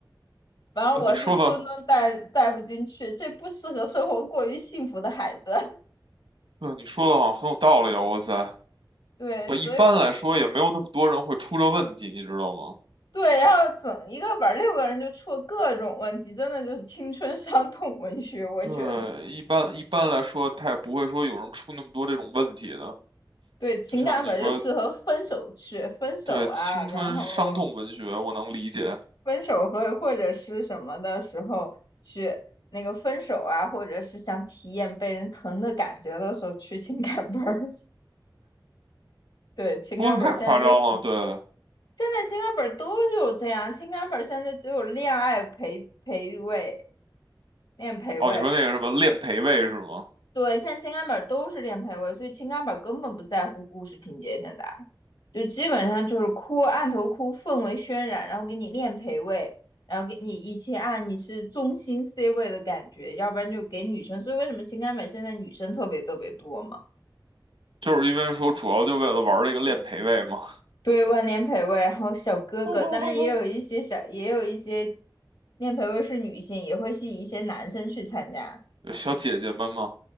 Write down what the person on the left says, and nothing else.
反正我是顿顿带带不进去，
这不适合生活过于幸福的孩子。<laughs>
对，
所以我
对，然后整一个本儿六个人就出了各种问题，真的就是青春伤痛文学，我觉得。
对，情感本就适合分手去分手啊，
然后
分手和或者是什么的时候去那个分手啊，或者是想体验被人疼的感觉的时候去情感本儿。<laughs> 对，情感本儿现在就是
现在情感本都有这样，情感本现在都有恋爱陪陪位、恋陪位，
对，现在情感本都是恋陪位，所以情感本根本不在乎故事情节，现在就基本上就是哭，按头哭，氛围渲染，然后给你恋陪位，然后给你一些啊你是中心 C 位的感觉，要不然就给女生，所以为什么情感本现在女生特别特别多嘛？
对，万年培位，然后小哥哥，
当然也有一些小，也有一些练培位是女性，也会吸引一些男生去参加。